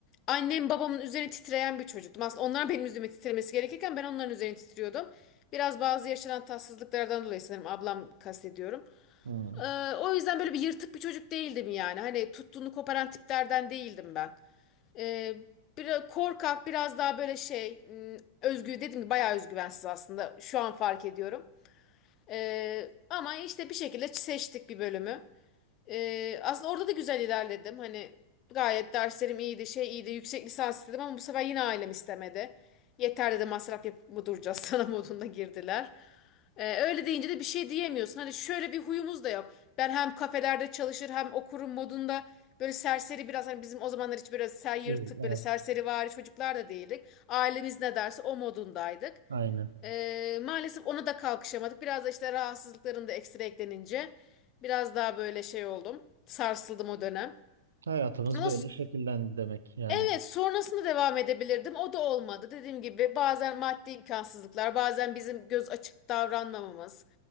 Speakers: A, on the left (about 35°); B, on the right (about 70°).
A: Annem babamın üzerine titreyen bir çocuktum. Aslında onlar benim üzerime titremesi gerekirken ben onların üzerine titriyordum. Biraz bazı yaşanan tatsızlıklardan dolayı sanırım ablam kastediyorum.
B: Hmm.
A: Ee, o yüzden böyle bir yırtık bir çocuk değildim yani. Hani tuttuğunu koparan tiplerden değildim ben. Ee, biraz korkak, biraz daha böyle şey, m, özgü dedim ki bayağı özgüvensiz aslında. Şu an fark ediyorum. Ee, ama işte bir şekilde seçtik bir bölümü. Ee, aslında orada da güzel ilerledim. Hani gayet derslerim iyiydi, şey iyiydi. Yüksek lisans istedim ama bu sefer yine ailem istemedi. Yeter dedi masraf yapıp mı duracağız <laughs> sana modunda girdiler. Ee, öyle deyince de bir şey diyemiyorsun. Hani şöyle bir huyumuz da yok. Ben hem kafelerde çalışır hem okurum modunda böyle serseri biraz hani bizim o zamanlar hiç biraz ser yırtık
B: Evet, evet,
A: böyle serseri çocuklar da değildik. Ailemiz ne derse o modundaydık.
B: aynen.
A: Ee, maalesef ona da kalkışamadık. Biraz da işte rahatsızlıkların da ekstra eklenince biraz daha böyle şey oldum. Sarsıldım o dönem.
B: Hayatımız
A: Ama
B: böyle
A: s-
B: şekillendi demek yani.
A: evet sonrasında devam edebilirdim. O da olmadı. Dediğim gibi bazen maddi imkansızlıklar, bazen bizim göz açık davranmamamız.